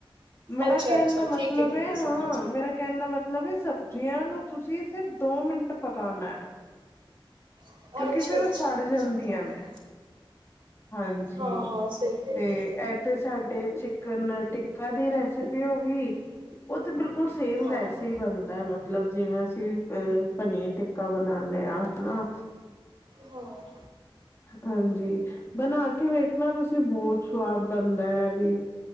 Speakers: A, on the left; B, on the right.
A: ਮੇਰਾ
B: ਅੱਛਾ-ਅੱਛਾ
A: ਕਹਿਣ ਦਾ ਮਤਲਬ
B: ਠੀਕ ਹੈ ਠੀਕ
A: ਹੈਏ
B: ਹੈ
A: ਹਾਂ
B: ਸਮਝ ਗਈ।
A: ਮੇਰਾ ਕਹਿਣ ਦਾ ਮਤਲਬ ਹੈ ਸਭ ਜੀਆਂ ਨੂੰ ਤੁਸੀਂ ਸਿਰਫ ਦੋ ਮਿੰਟ ਪਕਾਉਣਾ ਹੈ
B: ਅੱਛਾ-ਅੱਛਾ
A: ਕਿਉਂਕਿ ਫੇਿਰ
B: ਅੱਛਾ
A: ਉਹ ਸੜ
B: ਅੱਛਾ
A: ਜਾਂਦੀਆਂ
B: ਠੀਕ ਹੈ।
A: ਨੇ ਹਾਂਜੀ
B: ਹਾਂ-ਹਾਂ ਸਹੀ ਕਹਿ
A: ਤੇ
B: ਰਹੇ ਹੋ।
A: ਇ ਤੇ ਸਾ ਸਾਡੇ ਚਿਕਨ ਟਿੱਕਾ ਦੀ ਰੈਸਪੀ ਹੋ ਗਈ ਉਹ ਤੇ ਬਿਲਕੁਲ ਸੇਮ
B: ਹਾਂ-ਹਾਂ,
A: ਵੈਸੇ ਹੀ ਬਣਦਾ ਮਤਲਬ ਮਤਲਬ ਜਿਵੇਂ ਅਸੀਂ ਅਹ ਪਨੀਰ ਟਿੱਕਾ ਬਣਾਦੇ ਹਾਂ ਹਨਾ
B: ਹਾਂ ਹਾਂ
A: ਹਾਂਜੀ ਬਣਾ ਕੇ ਵੇਖਣਾ ਤੁਸੀਂ ਬਹੁਤ ਸਵਾਦ ਬਣਦਾ ਹੈ ਵੀ